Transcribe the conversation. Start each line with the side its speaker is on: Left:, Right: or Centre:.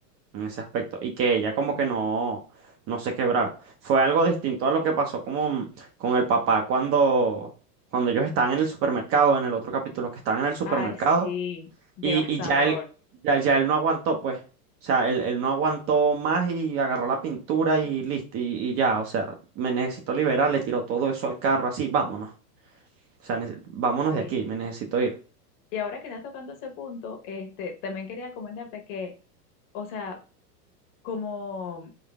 Right: en ese aspecto y que ella como que no, no se quebrara. Fue algo distinto a lo que pasó como con el papá cuando, cuando ellos estaban en el supermercado, en el otro capítulo, que estaban en el supermercado
Left: Ay, sí, devastador.
Right: y, y ya él, ya, ya él no aguantó, pues. O sea, él, él no aguantó más y agarró la pintura y listo, y, y ya, o sea, me necesito liberar, le tiró todo eso al carro, así, vámonos. O sea, nece- vámonos
Left: Sí.
Right: de aquí, me necesito ir.
Left: Y ahora que estás tocando ese punto, este, también quería comentarte que, o sea, como,